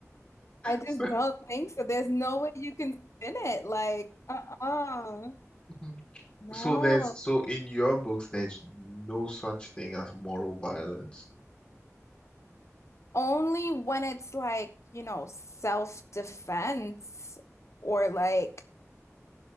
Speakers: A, on the left (about 65°); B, on the left (about 20°).
A: I just
B: So,
A: don't think so. There's no way you can spin it. Like, uh-uh.
B: <laughs>
A: No.
B: so there's so in your books, there's no such thing as moral violence.
A: Only when it's like, you know, self-defense or like